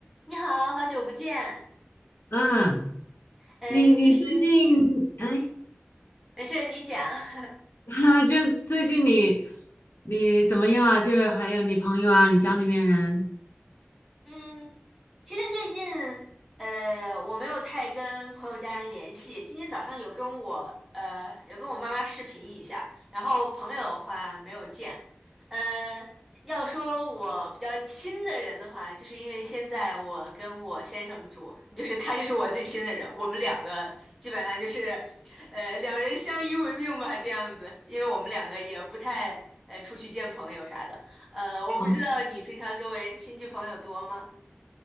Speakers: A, in the centre; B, on the left.
A: 你好，好久不见。
B: 嗯，
A: 呃，
B: 你你最近哎，
A: 其实，嗯，没事儿你讲。<laughs>
B: <laughs> 哈，就是最近你你怎么样啊？就是还有你朋友啊，你家里面人。
A: 嗯，其实最近，呃，我没有太跟朋友家人联系。今天早上有跟我，呃，有跟我妈妈视频一下，然后朋友的话没有见。呃，要说我比较亲的人的话，就是因为现在我跟我先生住，就是他就是我最亲的人，我们两个基本上就是，呃，两人相依为命吧，这样子。因为我们两个也不太，呃，出去见朋友啥的。呃，我不知道你平常周围亲戚朋友多吗？
B: 哦。